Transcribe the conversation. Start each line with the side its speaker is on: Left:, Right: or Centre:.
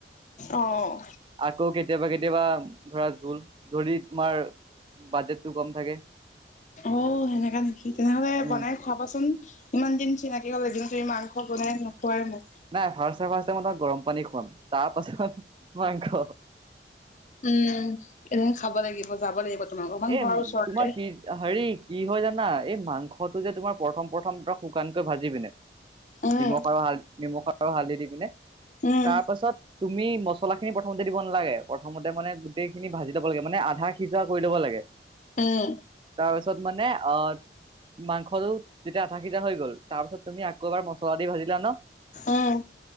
Left: অ',
Right: আকৌ কেতিয়াবা কেতিয়াবা ধৰা জোল যদি, তোমাৰ বাজেটটো কম থাকে।
Left: অ' সেনেকা নেকি, তেনে হ'লে
Right: উম
Left: বনাই খুৱা কচোন, ইমান দিন চিনাকি হ'ল এদিনো তুমি মাংস বনাই নোখুৱাই মোক।
Right: নাই ফাষ্টে ফাষ্টে মই তোমাক গৰম পানী খোৱাম। তাৰ পাছত মাংস।
Left: উম। এদিন খাব লাগিব, যাব লাগিব, তোমাক অকমান
Right: এ
Left: ঘৰৰ ওচৰতে।
Right: তোমাৰ কি হেৰি কি হয় জানা, এই মাংসটো যে তোমাৰ প্ৰথম প্ৰথম ত শুকানকৈ ভাজি পিনে,
Left: উম,
Right: নিমখ আৰু হাল নিমখ আৰু হালধি দি পিনে,
Left: উম,
Right: তাৰপাছত তুমি মছলা খিনি প্ৰথমতে দিব নালাগে। প্ৰথমতে মানে গোটেইখিনি ভাজি থ'ব লাগে, মানে আধা সিজোৱা কৰি ল'ব লাগে। তাকে <unintelligible>
Left: উম।
Right: তাৰপাছত মানে আ মাংসতো, যেতিয়া আধা সিজা হৈ গ'ল, তাৰপাছত তুমি আকৌ এবাৰ মছলা দি ভাজিলা ন,
Left: উম।